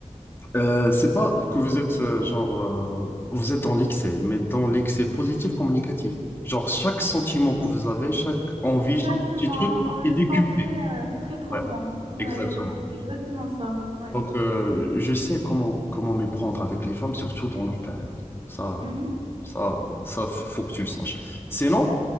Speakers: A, on the left; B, on the right.
A: euh, c'est pas que vous êtes euh, genre euh, vous êtes dans l'excès, mais dans l'excès positif comme négatif. Genre chaque sentiment que vous avez, chaque envie,
B: Exactement,
A: chaque petit truc
B: on le
A: est décuplé.
B: sent très, euh, très profond.
A: Ouais,
B: Ouais,
A: exactement.
B: exactement ça. Ouais.
A: Donc euh, je sais comment comment m'y prendre avec les femmes, surtout dans leur période. Ça,
B: Mhm.
A: ça, ça, faut que tu le saches. Sinon,